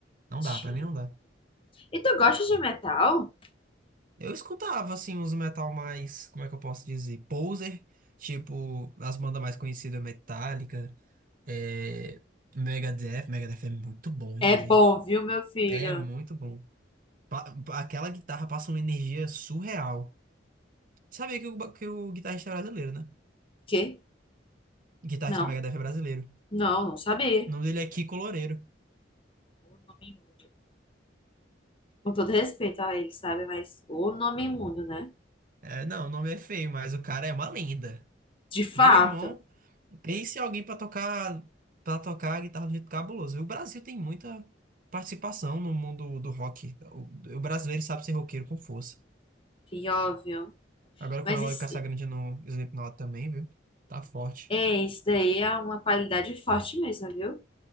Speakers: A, on the right; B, on the left.
A: Não
B: Mentira.
A: dá, pra mim não dá.
B: E tu gosta de metal?
A: Eu escutava, assim, uns metal mais, como é que eu posso dizer? Poser, tipo, as bandas mais conhecidas, Metallica, é... Megadeth. Megadeth é muito bom,
B: É
A: inclusive.
B: bom, viu, meu filho?
A: É muito bom. Pa- pa- Aquela guitarra passa uma energia surreal. Sabia que o, ba- que o guitarrista é brasileiro, né?
B: Quê?
A: O Guitarrista
B: Não,
A: do Megadeth é brasileiro.
B: não, não sabia.
A: O nome dele é Kiko Loureiro.
B: O nome imundo. Com todo respeito a ele, sabe? Mas o nome imundo, né?
A: É, não, o nome é feio, mas o cara é uma lenda.
B: De fato.
A: Meu irmão, pense em alguém pra tocar para tocar a guitarra do jeito cabuloso. E o Brasil tem muita participação no mundo do rock. O, o brasileiro sabe ser roqueiro com força.
B: Pior, viu?
A: Agora
B: Mas
A: com o Eloy
B: isso,
A: Casagrande no Slipknot também, viu? Tá forte.
B: É, isso daí é uma qualidade forte mesmo, viu?